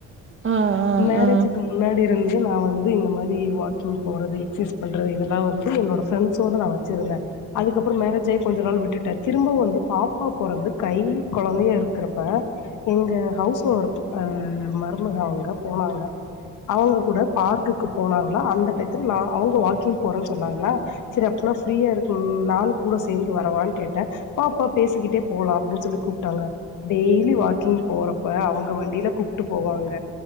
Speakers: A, on the right; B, on the left.
A: ஆ, ஆ,
B: மேரேஜுக்கு
A: ஆ.
B: முன்னாடி இருந்தே நா வந் இது இந்த மாரி வாக்கிங் போறது எக்சஸ் பண்றது இதெல்லா வந்து என்னோட பிரண்ட்ஸ் ஓட நா வச்சிருந்தே அதுப்புறோ மேரேஜ் ஆக கொஞ்ச நாள் விட்டுட்டே திரும்ப வந்து பாப்பா பொறந்து கை கொழந்தையா இருக்கிறப்ப எங்க ஹவுஸ் ஓனர் அ மருமக அவுங்க போனாங்க அவுங்க கூட பார்க்குக்கு போனாங்களா அந்த டயத்துல நா அவுங்க வாக்கிங் போறேன்னு சொன்னாங்களா சரி அப்பின்னா ஃப்ரீயா இருக்கு நானு கூட சேந்து வரவான்னு கேட்டே வாப்பா பேசிக்கிட்டே போலா அப்பிடின் சொல்லி கூப்ட்டாங்க டெய்லி வாக்கிங் போறப்ப அவுங்க வந் டில கூப்பிட்டு போவாங்க